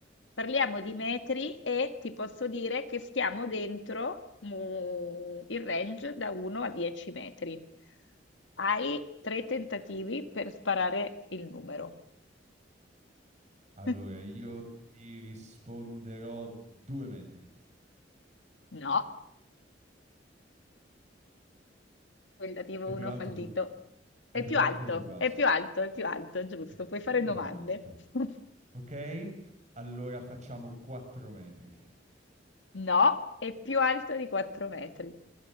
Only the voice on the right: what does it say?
allora
io ti risponderò due metri.
È
più alto
o più... ba- È
più
alto
o più basso?
È
più
alto.
Ok, allora facciamo quattro metri.